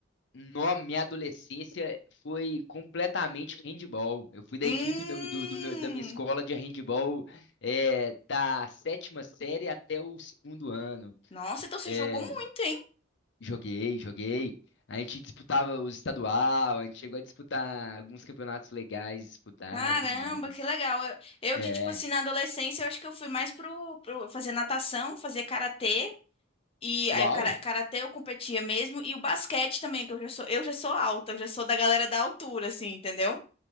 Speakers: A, on the left; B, on the left.
A: no minha adolescência foi completamente handball. Eu fui da
B: Hum.
A: equipe do, do- do meu- da minha escola de handball é, da sétima série até o segundo ano.
B: Nossa, então você
A: É,
B: jogou muito, hein?
A: joguei, joguei. A gente disputava os estadual, a gente chegou a disputar alguns campeonatos legais, disputar
B: Caramba,
A: e tudo mais.
B: que legal. Eu, eu
A: É,
B: de tipo assim, na adolescência, eu acho que eu fui mais pro, pro fazer natação, fazer karatê. E
A: uau,
B: aí o cara- karatê eu competia mesmo e o basquete também, que eu já sou, eu já sou alta, eu já sou da galera da altura assim, entendeu?